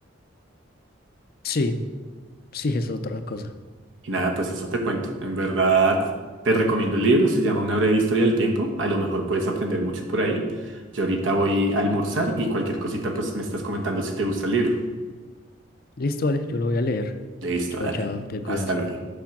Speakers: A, on the left (about 50°); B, on the right (about 70°).
A: sí, sí, es otra cosa.
B: Y nada, pues eso te cuento. En verdad, te recomiendo el libro, se llama Una breve historia del tiempo. A lo mejor puedes aprender mucho por ahí. Yo ahorita voy a almorzar y cualquier cosita, pues me estás comentando si te gusta el libro.
A: Listo, vale, yo lo voy a leer.
B: Listo,
A: Chao,
B: dale.
A: chao, te cuidas.
B: Hasta luego.